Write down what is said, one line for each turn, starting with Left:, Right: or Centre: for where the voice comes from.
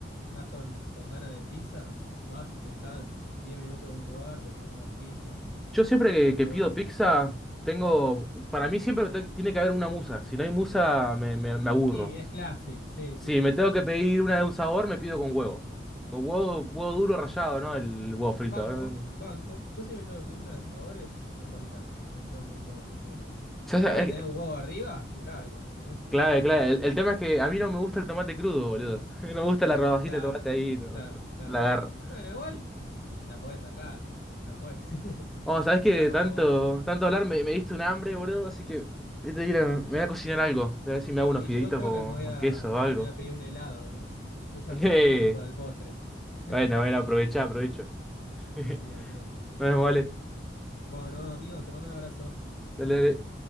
Left: Estás con, con ganas de pizza, vas, te sentás 10 minutos en un lugar, te pides unas pizzas,
Centre: Yo siempre que,
Left: está,
Centre: que
Left: está
Centre: pido
Left: bueno eso.
Centre: pizza, tengo. Para mí siempre te- tiene que haber una musa. Si no hay musa, me, me, me aburro.
Left: Y es classic, sí,
Centre: Si
Left: sí, sí,
Centre: me
Left: sí.
Centre: tengo que pedir una de un sabor, me pido con huevo. Con huevo, huevo duro rallado, ¿no? El huevo frito.
Left: Banco,
Centre: ¿eh?
Left: banco. Yo siempre tengo que pedir una de sabores napolitana. Me gusta mucho, mucho eso.
Centre: Ya
Left: Si
Centre: sabes,
Left: puede tener
Centre: es-
Left: huevo arriba, clave también, ¿eh?
Centre: clave, clave.
Left: Obvio,
Centre: El,
Left: obvio.
Centre: el tema es que a mí no me gusta el tomate crudo, boludo. <laughs> No me gusta la rodajita
Left: Claro,
Centre: de tomate ahí. no-
Left: claro,
Centre: no-
Left: claro.
Centre: la agarro.
Left: Bueno, igual la podés sacar y ya fue. <laughs>
Centre: Oh, sabes que
Left: Queda
Centre: de
Left: como.
Centre: tanto, tanto hablar me, me diste un hambre, boludo, así que voy a tener que ir a- me voy a cocinar algo. Voy a ver si me hago unos
Left: Y
Centre: fideitos
Left: yo creo
Centre: con,
Left: que me voy
Centre: con
Left: a,
Centre: queso o algo.
Left: me voy a pedir un helado, ¿eh? Yo ya
Centre: <laughs>
Left: comí, estoy para el postre. <laughs>
Centre: Bueno, bueno, aprovecha, aprovecho. <laughs> Nos
Left: Sí, amigo.
Centre: vemos, vale.
Left: Bueno, amigo, te mando un abrazo.
Centre: Dale, dale.